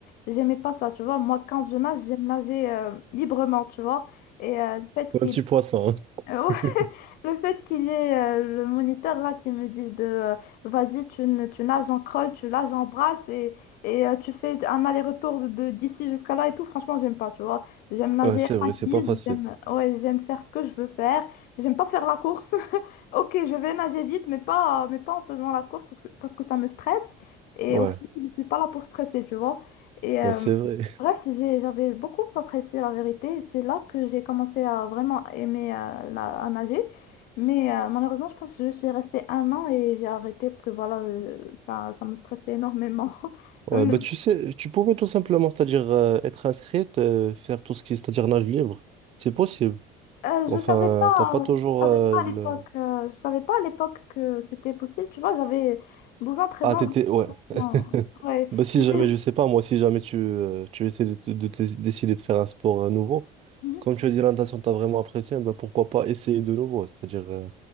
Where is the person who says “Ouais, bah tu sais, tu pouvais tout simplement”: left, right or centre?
Right